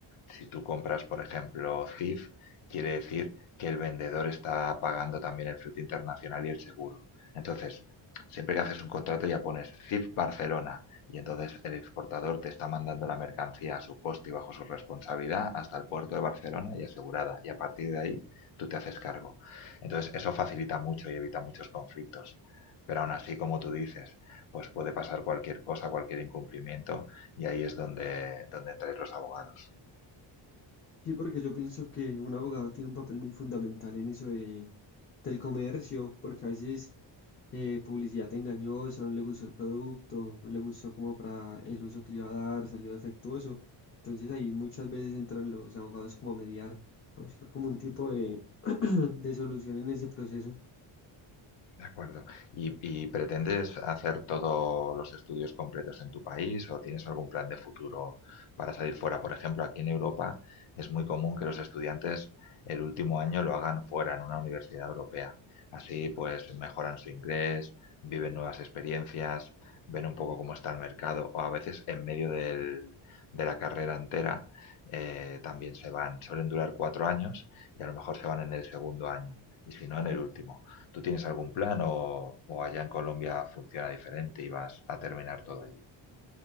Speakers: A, on the left; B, on the left.
A: Si tú compras, por ejemplo, CIF, quiere decir que el vendedor está pagando también el fruto internacional y el seguro. Entonces, siempre que haces un contrato ya pones CIF Barcelona y entonces el exportador te está mandando la mercancía a su coste y bajo su responsabilidad hasta el puerto de Barcelona y asegurada. Y a partir de ahí tú te haces cargo. Entonces eso facilita mucho y evita muchos conflictos. Pero aún así, como tú dices, pues puede pasar cualquier cosa, cualquier incumplimiento y ahí es donde, donde entran los abogados.
B: Sí, porque yo pienso que un abogado tiene un papel muy fundamental en eso de, del comercio, porque a veces eh, publicidad engañosa, no le gustó el producto, no le gustó como para el uso que le iba a dar, salió defectuoso. Entonces ahí muchas veces entran los abogados como a mediar, a buscar como un tipo de, <clears throat> de solución en ese proceso.
A: De acuerdo. ¿Y, y pretendes hacer todos los estudios completos en tu país o tienes algún plan de futuro para salir fuera? Por ejemplo, aquí en Europa es muy común que los estudiantes el último año lo hagan fuera, en una universidad europea. Así pues mejoran su inglés, viven nuevas experiencias, ven un poco cómo está el mercado o a veces en medio del- de la carrera entera eh, también se van. Suelen durar cuatro años y a lo mejor se van en el segundo año y si no en el último. ¿Tú tienes algún plan o, o allá en Colombia funciona diferente y vas a terminar todo allí?